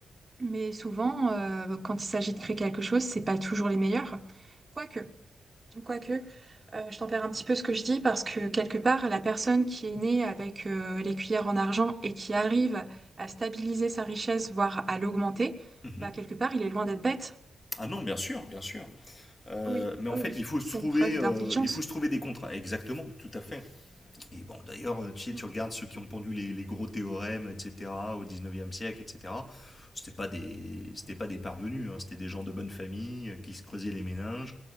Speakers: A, on the right (about 25°); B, on the left (about 30°).
A: mais souvent, euh, quand il s'agit de créer quelque chose, c'est pas toujours les meilleurs. Quoique. Quoique, euh, je tempère un petit peu ce que je dis parce que quelque part, la personne qui est née avec euh, les cuillères en argent et qui arrive à stabiliser sa richesse, voire à l'augmenter,
B: Mhm.
A: bah quelque part, il est loin d'être bête.
B: Ah non, bien sûr, bien sûr. Euh,
A: Oui,
B: mais en
A: oui,
B: fait,
A: oui,
B: il faut se
A: c'est
B: trouver,
A: une preuve
B: euh,
A: d'intelligence.
B: il faut se trouver des contrats. Exactement, tout à fait. Et bon, d'ailleurs, euh, tu sais,
A: Mm,
B: tu regardes ceux qui ont pendu les, les gros théorèmes, etc., au 19e siècle, etc. C'était pas des, c'était pas des parvenus, hein, c'était des gens de bonne famille euh, qui se creusaient les méninges,